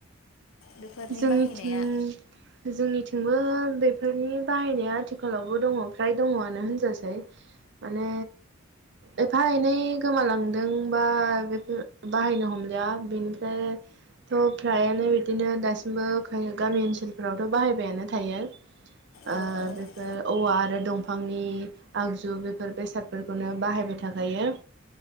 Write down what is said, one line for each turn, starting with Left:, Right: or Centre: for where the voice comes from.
Left: बेफोरनि
Right: जोंनिथिं
Left: बाहायनाया
Right: जोंनिथिंबो बेफोरनि बाहायनाया आथिखालावबो दङ फ्राय दङआनो होनजासै। माने एफा एनै गोमालांदोंबा बेफोर बाहायनो हमलिया बेनिफ्राय थ' फ्रायानो बिदिनो दासि बो गामि ओनसोलफोरावथ' बाहायबायानो थायो।
Left: औ
Right: ओ
Left: औ
Right: औवा आरो दंफांनि आगजु बेफोर बेसादफोरखौनो बाहायबाय थाखायो।